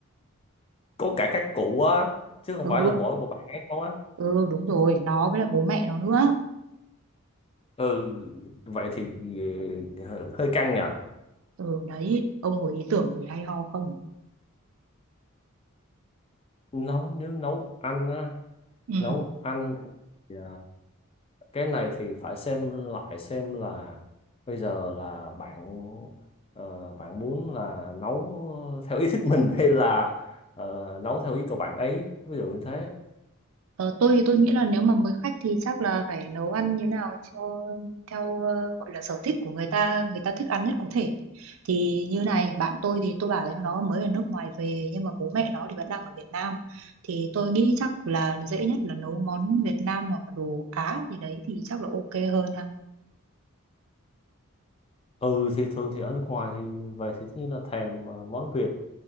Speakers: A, on the left (about 25°); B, on the right (about 75°).
A: có cả các cụ á chứ không
B: Ừ,
A: phải là mỗi một bạn ấy không á
B: ừ, đúng rồi, nó với lại bố mẹ nó nữa.
A: ừ vậy thì ờ, hơi hơi căng nhờ
B: Ừ, đấy, ông có ý tưởng gì hay ho không?
A: nấu nếu nấu ăn á
B: Ừ.
A: nấu ăn dạ. cái này thì phải xem lại xem là bây giờ là bạn ờ, bạn muốn là nấu theo ý thích mình <laughs> hay là ờ, nấu theo ý của bạn ấy ví dụ như thế
B: Ờ, tôi thì tôi nghĩ là nếu mà mới khách thì chắc là phải nấu ăn như nào cho theo ờ, gọi là sở thích của người ta người ta thích ăn nhất có thể thì như này bạn tôi thì tôi bảo là nó mới ở nước ngoài về nhưng mà bố mẹ nó thì vẫn đang ở Việt Nam thì tôi nghĩ chắc là dễ nhất là nấu món Việt Nam hoặc là đồ Á gì đấy thì chắc là ok hơn ha
A: ừ thì thường thì ở nước ngoài thì về thì tất nhiên là thèm ờ, món Việt